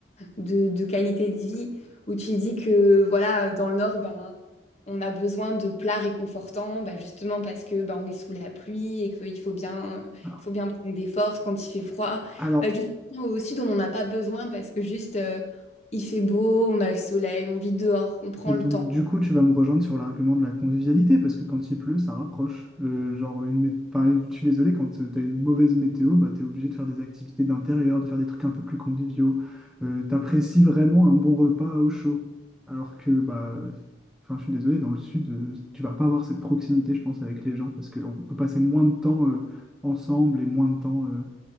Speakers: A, on the left; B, in the centre.
A: de, de qualité de vie, où tu dis que voilà, dans le Nord, ben, on a besoin de plats réconfortants, ben justement parce que ben, on est sous la pluie et qu'il faut bien, euh,
B: Alors,
A: il faut bien prendre des forces quand il fait froid.
B: alors,
A: Ben justement, au Sud, on n'en a pas besoin parce que juste, euh, il fait beau, on a le soleil, on vit dehors, on prend
B: donc
A: le temps.
B: du coup, tu vas me rejoindre sur l'argument de la convivialité, parce que quand il pleut, ça rapproche. Euh, genre, une mé- enfin, je suis désolé, quand tu as une mauvaise météo, bah, tu es obligé de faire des activités d'intérieur, de faire des trucs un peu plus conviviaux. Euh, t'apprécies vraiment un bon repas au chaud. Alors que, bah, enfin, je suis désolé, dans le sud, euh, tu vas pas avoir cette proximité, je pense, avec les gens, parce qu'on peut passer moins de temps euh, ensemble et moins de temps euh,